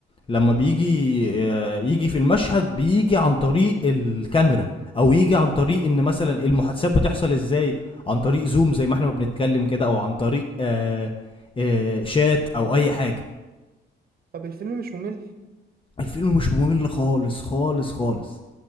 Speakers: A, on the left (about 25°); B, on the right (about 50°).
A: لما بيجي
B: مم.
A: آه، يجي في المشهد بيجي عن طريق الكاميرا او يجي عن طريق ان مثلا المحادثات بتحصل ازاي عن طريق زوم زي ما احنا ما بنتكلم كده او عن طريق آه آه شات او اي حاجه
B: طب الفيلم مش ممل
A: الفيلم مش ممل خالص خالص خالص